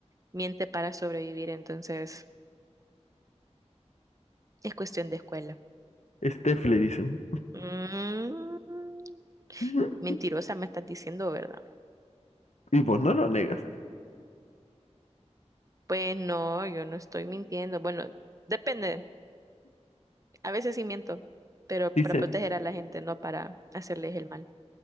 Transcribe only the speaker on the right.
miente para sobrevivir, entonces es cuestión de escuela.
Mm,
mentirosa me estás diciendo, ¿verdad?
Pues no, yo no estoy mintiendo. Bueno, depende. A veces sí miento, pero
para proteger a la gente, no para hacerles el mal.